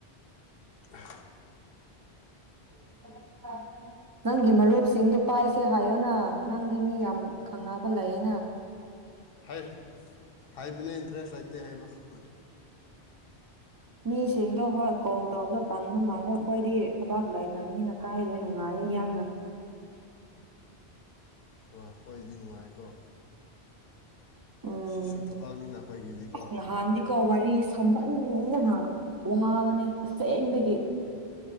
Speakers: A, on the left; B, on the right.
A: ꯎ <unintelligible>
B: <inaudible> ꯅꯪꯒꯤ ꯃꯔꯨꯞꯁꯤꯡꯗꯨꯣ ꯄꯥꯏꯁꯦ ꯍꯥꯏꯌꯣꯅ ꯅꯪꯗꯤ ꯃꯤ ꯌꯥꯝ ꯈꯪꯅꯕ ꯂꯩꯌꯦꯅ
A: ꯍꯥꯏ ꯍꯥꯏꯕꯅꯦ ꯏꯟꯇꯔꯦꯁ ꯂꯩꯇꯦ ꯍꯥꯏꯕ ꯈꯛꯇ
B: ꯃꯤꯁꯤꯡꯗꯣ ꯍꯣꯏ ꯀꯣꯜ ꯇꯧꯕꯗ ꯇꯟꯕ ꯃꯥꯜꯂꯦ ꯑꯩꯈꯣꯏꯗꯤ ꯊꯕꯥꯛ ꯂꯩꯇꯕꯅꯤꯅ ꯀꯥꯏꯗꯣꯏ ꯅꯨꯡꯉꯥꯏꯌꯦ ꯌꯥꯝꯅ
A: ꯍꯣꯏ ꯍꯣꯏꯗꯤ ꯅꯨꯡꯉꯥꯏꯀꯣ
B: ꯎꯝ ꯎꯝ
A: ꯁꯤꯁꯨ ꯊꯕꯛꯅꯤꯅ ꯑꯩꯈꯣꯏꯒꯤꯗꯤꯀꯣ
B: ꯅꯍꯥꯟꯗꯤ ꯀꯣ ꯋꯥꯔꯤ ꯁꯝꯍꯟꯗꯅ ꯋꯥꯕꯅꯦ ꯑꯁꯦꯡꯕꯒꯤ